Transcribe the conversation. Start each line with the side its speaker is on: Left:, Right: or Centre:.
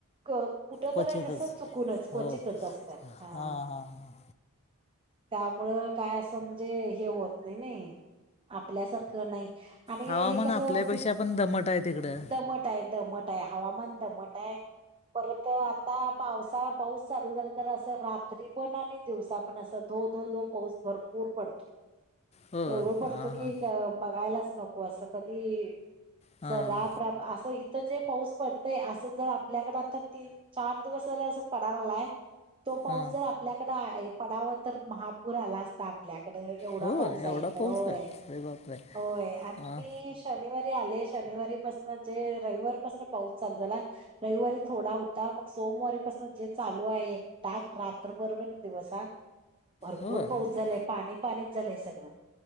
Right: कुठं
Left: क्वचितच
Right: तरी, अससं चुकूनच
Left: हो
Right: क्वचितच असतात,
Left: हां
Right: हा
Left: हां हां
Right: त्यामुळं, काय असं, म्हणजे हे होत नाही नाही आपल्यासारखं नाही, आणि
Left: हवामान
Right: हे कसं
Left: आपल्यापेक्षा पण दमट आहे तिकडं
Right: दमट आहेत. दमट आहे, हवामान दमट आहे परत आता पावसाळा पाऊस चालू झाला तर असं, रात्री पण आणि दिवसा पण असं धो, धो, धो पाऊस भरपूर पडत
Left: हो
Right: एवढं पडतो
Left: हां
Right: की
Left: हां
Right: बघायलाच नको, असं कधी
Left: हां
Right: जर राप, राप असं इथ जे पाऊस पडतय, असं जर आपल्याकडे आता तीन चार दिवस दिवस असं पडायलाय तो पाऊस,
Left: हां
Right: जर आपल्याकडे पडावा, तर महापूर आला असता आपल्याक इकडं एवढा
Left: हो
Right: पाऊस
Left: एवढा
Right: आहे इकडं,
Left: पाऊस
Right: व्हय,
Left: आहे अरे बापरे
Right: व्हय, हा
Left: हां
Right: मी शनिवारी आले, शनिवारीपासन जे रविवारपासन पाऊस चालू झाला, रविवारी थोडा होता, मग सोमवारीपासून जे चालू आहे एक टाक, रात्रभर बण दिवसा भरपूर
Left: हो हो
Right: पाऊस झालाय, पाणी पाणीच झालंय सगळं.